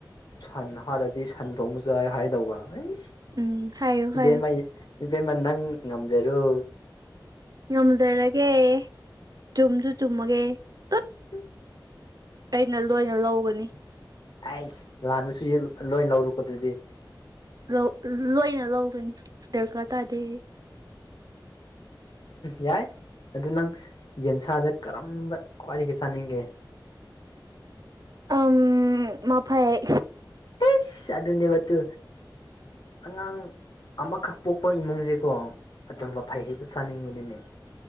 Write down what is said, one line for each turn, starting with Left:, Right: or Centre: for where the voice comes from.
Left: ꯁꯟ ꯍꯥꯏꯔꯗꯤ ꯁꯟ ꯊꯣꯡꯕ ꯆꯥꯏ ꯍꯥꯏꯗꯧꯕ ꯑꯩꯁ
Right: ꯎꯝ ꯍꯥꯏꯌꯨ
Left: ꯏꯕꯦꯝꯃ
Right: ꯍꯥꯏꯌꯨ
Left: ꯏꯕꯦꯝꯃ ꯅꯪ ꯉꯝꯖꯔꯣ
Right: ꯉꯝꯖꯔꯒꯦ ꯆꯨꯝꯁꯨ ꯆꯨꯝꯃꯒꯦ ꯇꯨꯠ
Left: ꯑ
Right: ꯑꯩꯅ ꯂꯣꯏꯅ ꯂꯧꯒꯅꯤ
Left: ꯑꯩꯁ ꯂꯥꯟꯕꯁꯤꯁꯨ ꯂꯣꯏ ꯂꯧꯔꯣꯀꯣ ꯑꯗꯨꯗꯤ
Right: ꯂꯧ ꯂꯣꯏꯅ ꯂꯧꯒꯅꯤ ꯗꯔꯀꯥꯔ ꯇꯥꯗꯦ
Left: ꯌꯥꯏ ꯑꯗꯨ ꯅꯪ ꯌꯦꯟꯁꯥꯗ ꯀꯔꯝꯕ ꯈ꯭ꯋꯥꯏꯗꯒꯤ ꯆꯥꯅꯤꯡꯒꯦ
Right: ꯑꯝ ꯃꯐꯩ
Left: ꯑꯩꯁ ꯑꯗꯨ ꯅꯦꯕꯇꯨ ꯑꯉꯥꯡ ꯑꯃꯈꯛ ꯄꯣꯛꯄ ꯏꯃꯨꯡꯁꯤꯀꯣ ꯑꯗꯨꯝ ꯃꯐꯩ ꯍꯩꯛꯇ ꯆꯥꯅꯤꯡꯕꯅꯤꯅꯦ